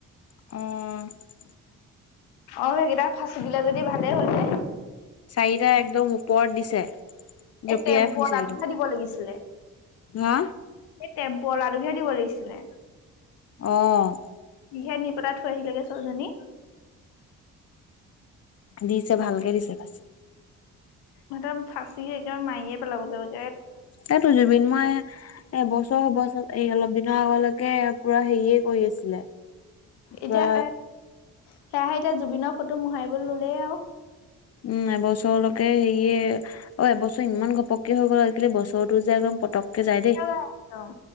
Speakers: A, on the left; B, on the left.
A: উহ'।
B: অ' সেইকেইটাক ফাচি দিলে যদি ভালেই হ'ল দে।
A: চাৰিটা একদম ওপৰত দিছে। জঁপিয়াই
B: এই টেম্পু
A: ফুৰিছে
B: আলাটোক
A: একদম
B: হে দিব লাগিছিলে।
A: হা
B: এই টেম্পু আলাটোক হে দিব লাগিছিলে।
A: অহ'।
B: ইহে নি পেলাই থৈ আহিলেগে ছোৱালী।
A: দিছে ভালকে দিছে বেছি।
B: একদম ফাঁচি, একে মাৰিয়ে পেলাব-লাব।
A: এইটো জুবিন মই এবছৰ হ'ব চা, এই অলপ দিনৰ আগলৈকে পুৰা হেৰিয়ে কৰি আছিলে। পুৰা
B: এতিয়া এ, সেয়াহে এতিয়া জুবিনৰ ফটো মোহাৰিবলৈ ললেই আৰু।
A: উম' এবছৰলৈকে হেৰীয়ে অ' এবছৰ ইমান ঘপকে হৈ গ'ল, আজিকালি বছৰতো যে একদম পতেকে যাই দেই
B: পোৰা একদম